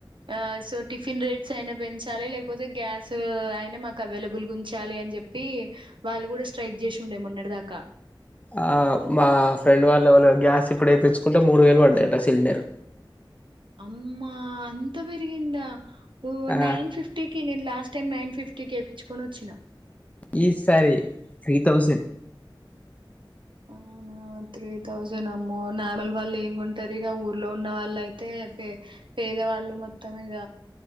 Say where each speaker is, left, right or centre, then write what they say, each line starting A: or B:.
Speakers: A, on the right; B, on the left.
A: ఆ సో టిఫిన్ రేట్స్ అయినా పెంచాలి లేకపోతే గ్యాస్ అయినా మాకు అవైలబుల్గా ఉంచాలి అని చె చెప్పి వాళ్ళు కూడా స్ట్రైక్ చేసి ఉండే మొన్నటి దాకా
B: ఆ మా ఫ్రెండ్ వాళ్ళ వాళ్ళ గ్యాస్ ఇప్పుడు వేపించుకుంటే మూడు వేలు పడ్డాయట సిలిండర్
A: అమ్మా అంత పెరిగిందా ఓ
B: ఆ
A: నైన్ ఫిఫ్టీకి నేను లాస్ట్ టైం నైన్ ఫిఫ్టీకె ఎపించుకొని వచ్చిన
B: ఈ సారి త్రీ థౌసండ్
A: అవునా త్రీ థౌసండ్ అమ్మో నార్మల్ వాళ్ళు ఏం కొంటారు ఇగ ఊర్లో ఉన్న వాళ్ళు అయితే పె పేదవాళ్ళు మొత్తం ఇగ